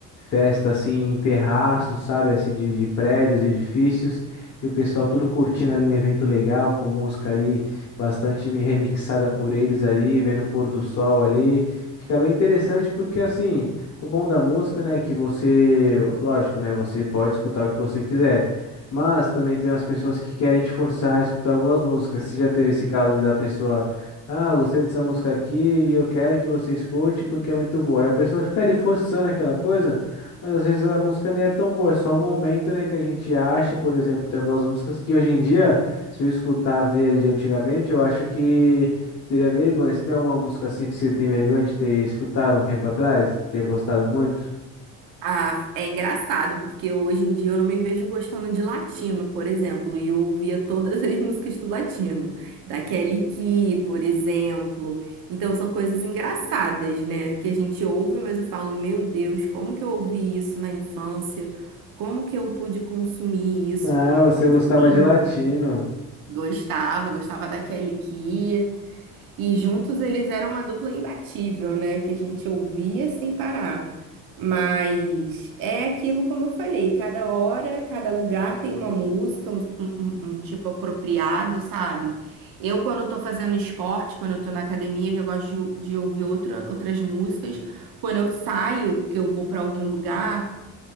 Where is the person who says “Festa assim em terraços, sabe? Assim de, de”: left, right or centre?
Left